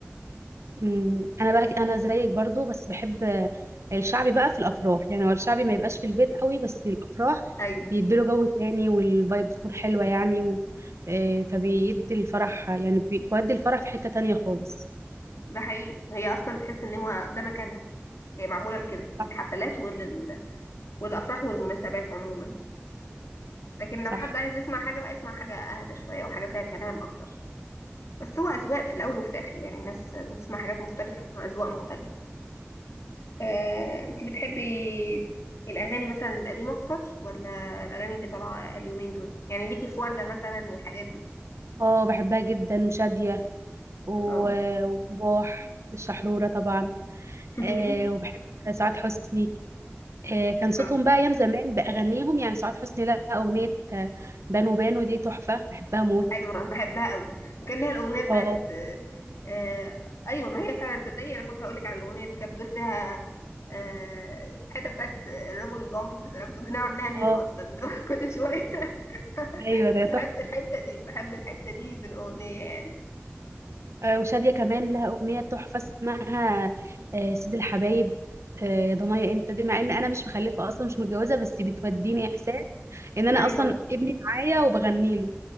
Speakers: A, on the right (about 85°); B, on the left (about 85°).
A: مم، انا بقى انا زيك برضو بس بحب آه، الشعبي بقى في الافراح يعني هو الشعبي ما يبقاش في البيت قوي بس الافراح
B: ايوه
A: بيديله جو تاني والفايب بتكون حلوه يعني و... آه، فبيدي الفرح يعني بي- بيودي الفرح في حته تانية خالص
B: ده حقيقي هي اصلا تحس ان هو ده مكانها هي معموله لكده للحفلات
A: صح
B: ولل... والافراح والمناسبات عموما لكن لو
A: صح
B: حد عايز يسمع حاجه بقى يسمع حاجه اهدى شويه وحاجه فيها كلام اكتر بس هو اذواق في الاول وفي الاخر يعني الناس بتسمع حاجات مختلفه واذواق مختلفه آه، انت بتحبي الاغاني مثلا القديمه اكتر ولا الاغاني اللي طالعه اليومين دول يعني ليكي في ورده مثلا والحاجات دي
A: اه بحبها جدا وشاديه و-
B: اه
A: وصباح الشحروره طبعا
B: <laughs>
A: آه، وبحب سعاد حسني آه، كان صوتهم
B: اه
A: بقى ايام زمان باغانيهم يعني سعاد حسني لها اغنيه آه، بانو بانو دي تحفه بحبها موت
B: حلوة انا بحبها قوي وكان لها الاغنية بتاعت
A: اه
B: آه آه، ايوه ما هي فعلا تصدقي انا كنت هقولك على الاغنية دي كانت بتقول فيها آه حتة بتاعت الرجل الغامض سلامته دي انا عاملاها ميم
A: اه
B: اصلا <laughs> لو كل شوية
A: ايوه
B: <laughs>
A: ده
B: بحب
A: تحفه
B: الحتة دي بحب الحتة دي في الاغنية يعني
A: آه، وشاديه كمان لها اغنيه تحفه اسمها آه، سيد الحبايب آه، يا ضنايا انت دي مع ان انا مش مخلفه اصلا مش متجوزه بس بتوديني احساس ان انا
B: ايوه
A: اصلا ابني معايا وبغني له